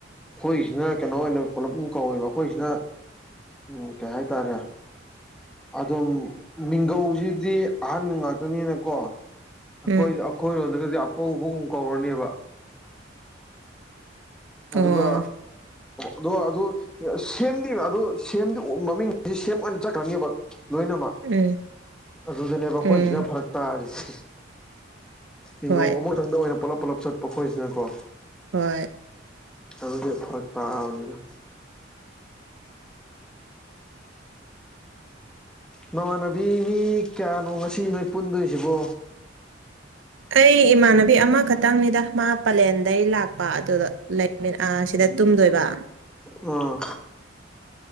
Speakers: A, in the centre; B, on the right (about 75°).
A: ꯑꯩꯈꯣꯏꯒꯤꯁꯤꯅ ꯀꯩꯅꯣ ꯑꯣꯏꯅ ꯄꯨꯂꯞ ꯀꯧꯋꯦꯕ ꯑꯩꯈꯣꯏꯁꯤꯅ ꯎꯝ ꯀꯩ ꯍꯥꯏꯇꯥꯔꯦ ꯑꯗꯨꯝ ꯃꯤꯡꯒꯧꯁꯤꯗꯤ ꯑꯍꯟ ꯉꯥꯛꯇꯅꯤꯅꯀꯣ ꯑꯩꯈꯣꯏ
B: ꯎꯝ
A: ꯑꯩꯈꯣꯏꯔꯣꯝꯗꯒꯗꯤ ꯑꯄꯧꯕꯒꯨꯝ ꯀꯧꯔꯅꯦꯕ
B: ꯑꯣ
A: ꯑꯗꯨꯒ ꯑꯗꯣ ꯑꯗꯨ ꯁꯦꯝꯗꯤ ꯑꯗꯨ ꯁꯦꯝꯗꯤ ꯃꯃꯤꯡꯗꯤ ꯁꯦꯝ ꯑꯣꯏꯅ ꯆꯠꯈ꯭ꯔꯅꯦꯕ ꯂꯣꯏꯅꯃꯛ
B: ꯎꯝ
A: ꯑꯗꯨꯗꯅꯦꯕ ꯑꯩꯈꯣꯏꯁꯤꯅ
B: ꯎꯝ
A: ꯐꯔꯛ ꯇꯥꯔꯤꯁ ꯅꯤꯡꯒꯧ
B: ꯍꯣꯏ
A: ꯑꯃꯛꯇꯪꯗ ꯑꯣꯏꯅ ꯄꯨꯂꯞ ꯄꯨꯂꯞ ꯆꯠꯄ ꯈꯣꯏꯁꯤꯅꯀꯣ
B: ꯍꯣꯏ
A: ꯑꯗꯨꯒꯤ ꯐꯔꯛ ꯄꯥꯕꯅꯤꯗ ꯅꯃꯥꯟꯅꯕꯤ ꯃꯤ ꯀꯌꯥꯅꯣ ꯉꯁꯤ ꯅꯣꯏ ꯄꯨꯟꯗꯣꯏꯁꯤꯕꯣ
B: ꯑꯩ ꯏꯃꯥꯟꯅꯕꯤ ꯑꯃꯈꯛꯇꯪꯅꯤꯗ ꯃꯥ ꯄꯂꯦꯟꯗꯒꯤꯩ ꯂꯥꯛꯄ ꯑꯗꯨꯗ ꯂꯩ ꯁꯤꯗ ꯇꯨꯝꯗꯣꯏꯕ
A: ꯑꯣ